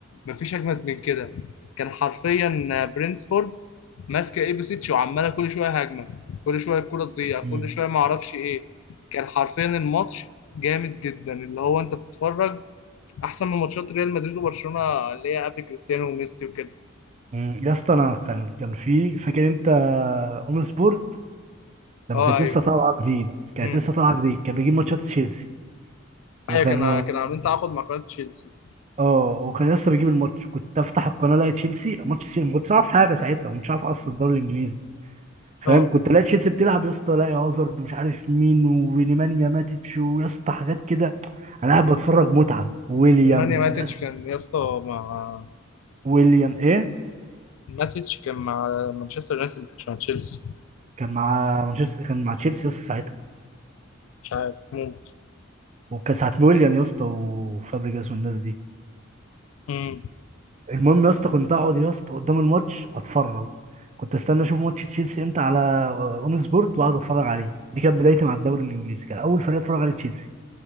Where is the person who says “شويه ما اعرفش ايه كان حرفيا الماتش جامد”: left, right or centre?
Left